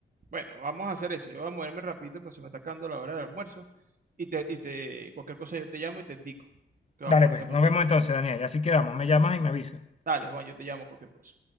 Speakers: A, on the right; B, on the left.
A: Bueno, vamos a hacer eso. Yo voy a moverme rapidito porque se me está acabando la hora del almuerzo. Y te, y te, cualquier cosa yo te llamo y te indico que vamos
B: Dale,
A: a hacer
B: pues,
A: por
B: nos
A: fin.
B: vemos entonces, Daniel. Así quedamos. Me llamas y me avisas.
A: Dale, Juan, yo te llamo cualquier cosa.